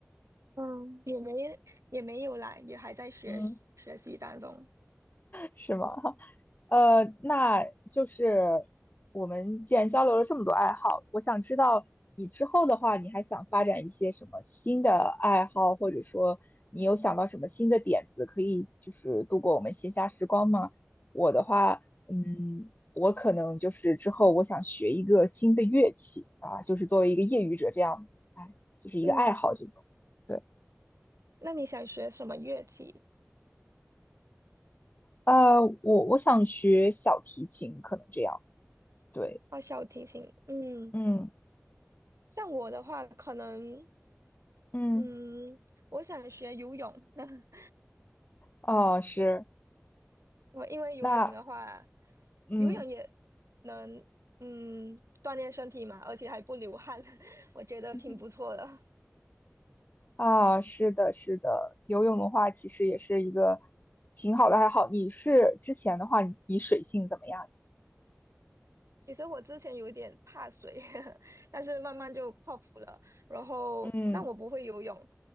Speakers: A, on the right; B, on the left.
A: 嗯也没也没有来，也还在学学习当中。
B: 嗯，是吗？呃，那就是我们既然交流了这么多爱好，我想知道你之后的话，你还想发展一些什么新的爱好，或者说你有想到什么新的点子，可以就是度过我们闲暇时光吗？我的话，嗯，我可能就是之后我想学一个新的乐器啊，就是作为一个业余者这样，哎，就是一个爱好这种。
A: 嗯，
B: 对，
A: 那你想学什么乐器？
B: 呃，我我想学小提琴，可能这样。对，
A: 哦，小提琴。嗯，
B: 嗯
A: 像我的话，可能
B: 嗯。
A: 嗯，我想学游泳。<laughs>
B: 哦，是，
A: 我因为游泳的话，
B: 那嗯，
A: 游泳也能嗯锻炼身体嘛，而且还不流汗，<laughs> 我觉得挺不错的。
B: <laughs> 啊，是的，是的，游泳的话其实也是一个挺好的爱好。你是之前的话，你你水性怎么样？
A: 其实我之前有一点怕水，<laughs> 但是慢慢就克服了。然后，
B: 嗯
A: 但我不会游泳，